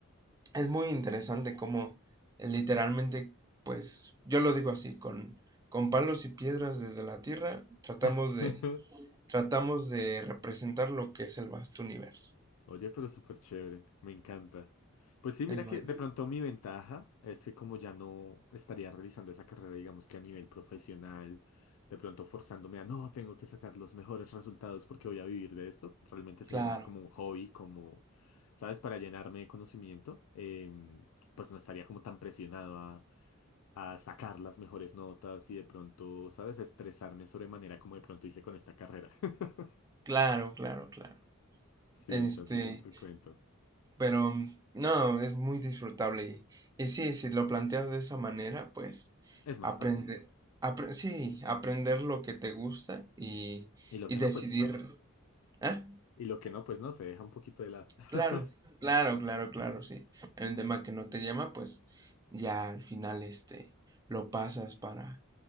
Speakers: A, on the right (about 15°); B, on the left (about 90°).
A: es muy interesante cómo eh, literalmente, pues, yo lo digo así, con, con palos y piedras desde la Tierra, tratamos
B: <laughs>
A: de, tratamos de representar lo que es el vasto universo.
B: Oye, pero súper chévere, me encanta. Pues sí, mira
A: Es
B: que
A: muy
B: de pronto mi ventaja es que como ya no estaría realizando esa carrera, digamos que a nivel profesional, de pronto forzándome a no, tengo que sacar los mejores resultados porque voy a vivir de esto, realmente sería
A: claro,
B: más como un hobby, como, ¿sabes? Para llenarme de conocimiento, em, pues no estaría como tan presionado a, a sacar las mejores notas y de pronto, ¿sabes? Estresarme sobremanera como de pronto hice con esta carrera. <laughs>
A: claro, claro, claro.
B: Sí,
A: Este,
B: entonces eso te cuento.
A: Pero mm, no, es muy disfrutable y, y sí, si lo planteas de esa manera, pues
B: Es más
A: aprende,
B: fácil.
A: apre- sí, aprender lo que te gusta y,
B: Y lo
A: y
B: que
A: decidir,
B: no, pues no.
A: ah,
B: Y lo que no, pues no, se deja un poquito de lado. <laughs>
A: claro, claro, claro, claro, sí. Hay un tema que no te llama, pues ya al final este lo pasas para,